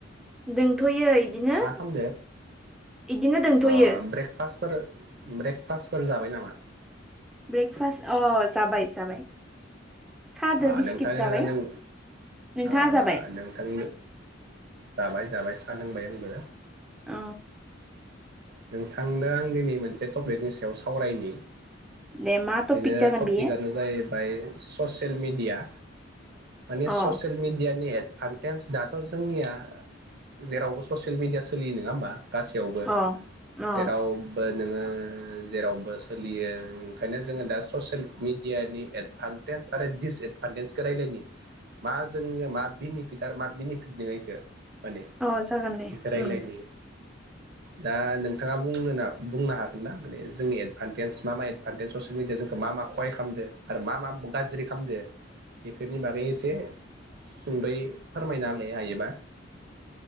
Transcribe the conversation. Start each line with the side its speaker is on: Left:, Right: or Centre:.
Centre: दं थ'यो बिदिनो
Right: मा खालामदो
Centre: बिदिनो दं
Right: ओ
Centre: थ'यो।
Right: ब्रेकफास्टफोर ब्रेकफास्टफोर जाबाय नामा?
Centre: ब्रेकफास्ट अ जाबाय जाबाय। सादो
Right: आ
Centre: बिस्किट
Right: नोंथों
Centre: जाबाय
Right: नों
Centre: नोंथाङा
Right: अ अ
Centre: जाबाय
Right: नोंथां। जाबाय जाबाय साहा लोंबाय आंबो।
Centre: औ।
Right: नोंथांनो आं दिनै मोनसे टपिकनि सायाव सावरायनि।
Centre: दे मा टपिक
Right: बेनो
Centre: जागोन
Right: टपिकआनो
Centre: बेयो
Right: जाहैबाय ससियेल मिडिया। माने ससियेल
Centre: अ
Right: मिडिया नि फान्टेनस दाथ' जोंनिया जेरावबो ससियेल मिडिया सोलियो, नङा होमबा? गासैयावबो
Centre: अ अ
Right: जेरावबो नोङो जेरावबो सोलियो। बेओखायनो जोङो दा ससियेल मिडियानि एदभान्टेज आरो दिडिसएदभान्टेजखौ रायलायनि मा जोंनो मा बेनिफिट आरो मा बेनिफिट दङ बेखौ। माने
Centre: अ जागोन दे
Right: बेखौ राय्लायनो।
Centre: उम
Right: दा नोंथाङा बुं बुंनो हागोनना माने जोंनि एदभान्टेज मा मा? सो फैदो जोंखौ मा मा खहा खालामदो आरो मा मा गाज्रि खालामदों बेफोरनि बागै एसे सुंद्रै फोरमायना होलाय हायोबा।